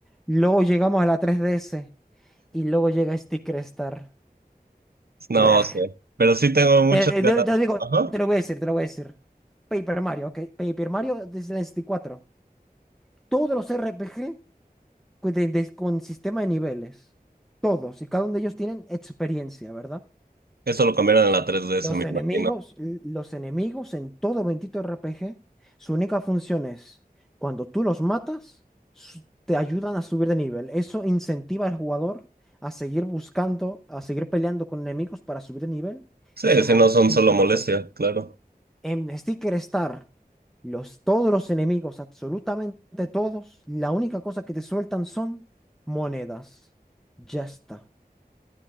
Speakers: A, in the centre; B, on the right.
A: Luego llegamos a la 3DS y luego llega Sticker Star.
B: no
A: Blah.
B: sé, pero sí tengo muchas
A: Te,
B: ganas.
A: te- te digo,
B: Ajá,
A: te lo voy a decir, te lo voy a decir. Paper Mario, ok. Paper Mario desde el 64. Todos los RPG. cu- de- de- con sistema de niveles. Todos y cada uno de ellos tienen experiencia, ¿verdad?
B: eso lo cambiaron en la tres D,
A: Los
B: ds me
A: enemigos,
B: imagino.
A: l- los enemigos en todo bendito RPG, su única función es, cuando tú los matas, su- te ayudan a subir de nivel. Eso incentiva al jugador a seguir buscando, a seguir peleando con enemigos para subir de nivel
B: Sí,
A: y ser
B: sí,
A: más,
B: no son
A: y
B: solo
A: ser
B: molestia,
A: más fuerte.
B: claro.
A: En Sticker Star, los, todos los enemigos, absolutamente todos, la única cosa que te sueltan son monedas. Ya está.